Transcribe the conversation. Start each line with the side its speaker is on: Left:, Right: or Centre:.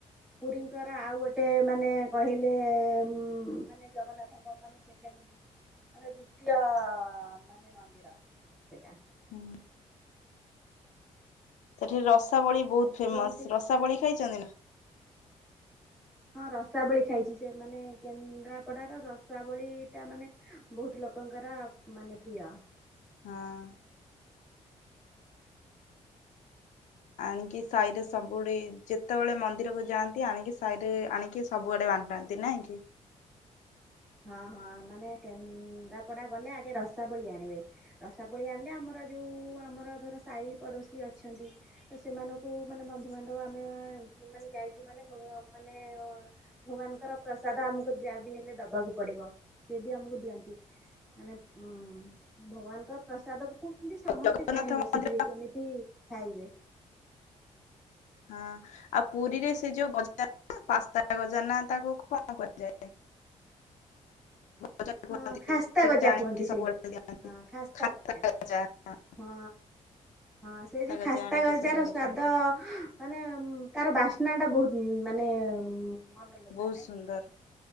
Centre: ପୁରୀଙ୍କର ଆଉ ଗୋଟେ ମାନେ କହିଲେ ମ୍ ମାନେ ଜଗନ୍ନାଥଙ୍କ ମାନେ ସେଣ୍ଡ ମାନେ ଦ୍ଵିତୀୟ ମାନେ ମନ୍ଦିର ସେଇଟା।
Left: ହୁଁ। ସେଠି ରସାବଳି ବହୁତ ଫେମସ୍।
Centre: କୁହନ୍ତି
Left: ରସାବଳି ଖାଇଛନ୍ତି ନା?
Centre: ହଁ ରସାବଳି ଖାଇଚି। ସେ ମାନେ କେନ୍ଦ୍ରାପଡାର ରସାବଳି ଟା ମାନେ ବହୁତ ଲୋକଙ୍କର ମାନେ ପ୍ରିୟ।
Left: ହଁ। ଆଣିକି ସାହି ରେ ସବୁ ଡ଼ି ଯେତେବେଳେ ମନ୍ଦିରକୁ ଯାଆନ୍ତି ଆଣିକି ସାହିରେ ଆଣିକି। ସବୁଆଡେ ବାଣ୍ଟାନ୍ତି ନାଇଁ କି?
Centre: ହଁ ହଁ ମାନେ କେନ୍ଦ୍ରାପଡ଼ା ଗଲେ ଆଗେ ରସାବଳି ଆଣିବେ। ରସା ବଳି ଆଣିଲେ ଆମର ଯୋଉ ଆମର ଧର ସାହି ପଡ଼ୋଶୀ ଅଛନ୍ତି। ତ ସେମାନଙ୍କୁ ମାନେ ବନ୍ଧୁବାନ୍ଧବ ଆମେ ମାନେ ଯାଇଛୁ ମାନେ ମାନେ। ଭଗବାନଙ୍କର ପ୍ରସାଦ ଆମକୁ ଯାହା ବି ହେଲେ ଦବାକୁପଡିବ। ପଡ଼ିବ ସେି ବି ଆମକୁ ଦିଅନ୍ତି ମାନେ ଭଗବାନଙ୍କ ପ୍ରସାଦକୁ। ଏମିତି ସମସ୍ତେ
Left: ଜଗନ୍ନାଥ
Centre: ଚାହିଁ ବସିଥିବେ
Left: ମନ୍ଦିର
Centre: କେମିତି ଖାଇବେ।
Left: ହଁ ଆଉ ପୁରୀରେ ସେ ଯୋଉ ଗଜା ପାସ୍ତା ଗଜା ନା ତାକୁ କଣ କୁହାଯାଏ? ହ କୁନ୍ତି
Centre: ହଁ ଖାସ୍ତା
Left: ସେଟା
Centre: ଗଜା
Left: ଆଣିକି
Centre: କୁହନ୍ତି
Left: ସବୁଡ
Centre: ସେଇ
Left: ଦିଅନ୍ତି
Centre: ହଁ ଖାସ୍ତା
Left: ଖା
Centre: ଗଜା
Left: <unintelligible>
Centre: ହଁ ହଁ ସେ ଯୋଉ
Left: ଗଜା
Centre: ଖାସ୍ତା
Left: ଆଣିକି
Centre: ଗଜାର
Left: ସବୁଆଡେ
Centre: ସ୍ୱାଦ।
Left: ଦିଅନ୍ତି
Centre: ମାନେ ତାର ବାସ୍ନା ଟା ବହୁତ ମାନେ। ମନ ଲୋଭା
Left: ବହୁତ
Centre: ନାହିଁ
Left: ସୁନ୍ଦର।